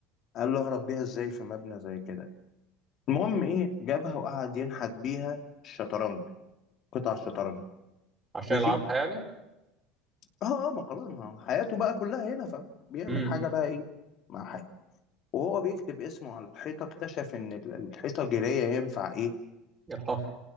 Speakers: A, on the left; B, on the right.
A: قال له اهرب بيها ازاي في مبنى زي كده المهم ايه جابها وقعد ينحت بيها الشطرنج قطع الشطرنج
B: عشان
A: ماشي
B: يلعبها يعني
A: اه اه ما خلاص ما هو حياته بقى كلها هنا فبيعمل
B: امم
A: حاجة بقى ايه مع وهو بيكتب اسمه على الحيطة اكتشف إن ال- الحيطة جيرية ينفع إيه
B: الحفر